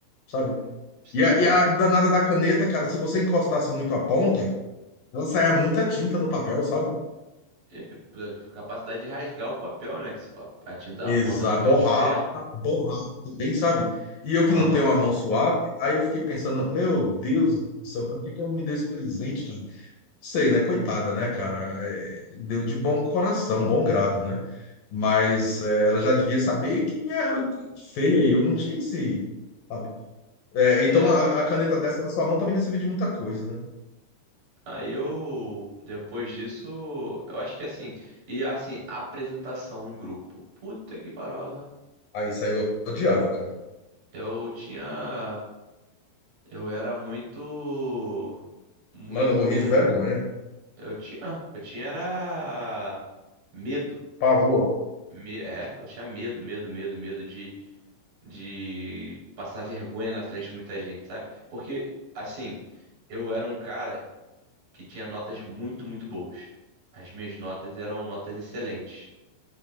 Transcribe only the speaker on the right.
Pra você
ver.
E, pô, capacidade de rasgar o papel, né? Que se a a tinta,
a ponta foi
de ferro.
Aham.
É,
aí eu, depois disso, eu acho que assim, e assim, apresentação em grupo, puta que parola,
eu tinha, eu era muito, muito,
eu tinha, eu tinha era medo,
Me- é, eu tinha medo, medo, medo, medo de, de passar vergonha na frente de muita gente, sabe? Porque, assim, eu era um cara que tinha notas muito, muito boas, as minhas notas eram notas excelentes.